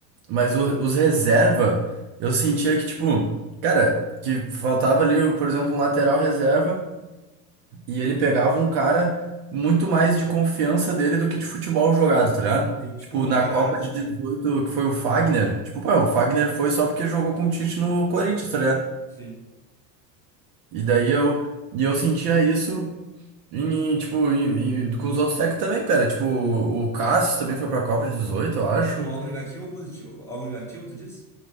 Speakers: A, on the right; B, in the centre.
A: Mas o- os reserva, eu sentia que, tipo, cara, que faltava ali, por exemplo, um lateral reserva e ele pegava um cara muito mais de confiança dele do que de futebol jogado, tá ligado?
B: Sim, tipo
A: Tipo,
B: um operário,
A: na Copa
B: assim.
A: de 18 que foi o Fagner, tipo, pô, o Fagner foi só porque jogou com o Tite no Corinthians, tá ligado?
B: Sim,
A: E daí eu, e eu sentia isso em, tipo, em- em- com os outros técnicos também, cara. Tipo, o o Cássio também foi pra Copa de 18 eu acho.
B: Mas como algo negativo ou positivo? Algo negativo, tu diz?